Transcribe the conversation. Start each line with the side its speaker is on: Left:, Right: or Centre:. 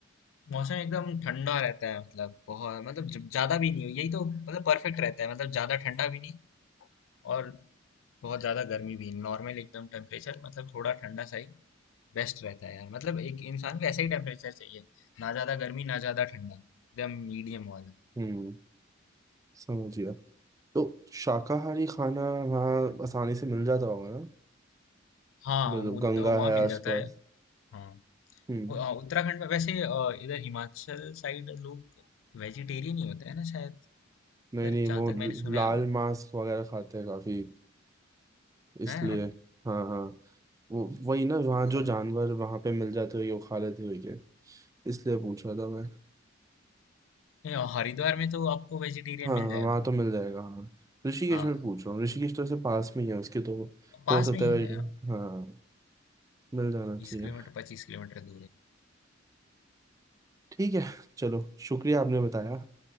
Left: मौसम एकदम ठंडा रहता है मतलब बहुत मतलब ज- ज्यादा भी नहीं यही तो मतलब परफेक्ट रहता है मतलब ज्यादा ठंडा भी नहीं और बहुत ज़्यादा गर्मी भी नॉर्मल एकदम टेम्परेचर मतलब थोड़ा ठंडा सा ही बेस्ट रहता है यार मतलब एक इंसान को ऐसा ही टेम्परेचर चाहिए ना ज़्यादा गर्मी ना ज़्यादा ठंडा एकदम मीडियम वाला
Right: हम्म समझ गया तो शाकाहारी खाना वहाँ आसानी से मिल जाता होगा ना
Left: हाँ
Right: मतलब
Left: वो
Right: गंगा
Left: तो वहाँ
Right: है
Left: मिल
Right: आसपास
Left: जाता है हाँ
Right: हम्म
Left: उ- अ, उत्तराखंड में वैसे अ, इधर हिमाचल साइड लोग वेजिटेरियन ही होते हैं ना शायद इधर
Right: नहीं नहीं
Left: जहाँ
Right: वो
Left: तक
Right: ल-
Left: मैंने सुना
Right: लाल
Left: है
Right: मांस वगैरह खाते हैं काफी इसलिए
Left: हैं
Right: हाँ हाँ वो वही ना वहाँ
Left: अच्छा।
Right: जो जानवर वहाँ पे मिल जाते हुए वो खा लेते हुए क्या इसलिए पूछ रहा था मैं
Left: नहीं, और हरिद्वार में तो आपको वेजिटेरियन
Right: हाँ
Left: मिल जाएगा
Right: वहाँ तो मिल जाएगा हाँ ऋषिकेश
Left: हाँ
Right: में पूछ रहा हूँ ऋषिकेश तो ऐसे पास में ही है उसके तो
Left: पास
Right: हो सकता
Left: में ही
Right: है वैसे-
Left: है
Right: हाँ मिल जाना चाहिए
Left: बीस किलोमीटर पच्चीस किलोमीटर दूर है
Right: ठीक है चलो शुक्रिया आपने बताया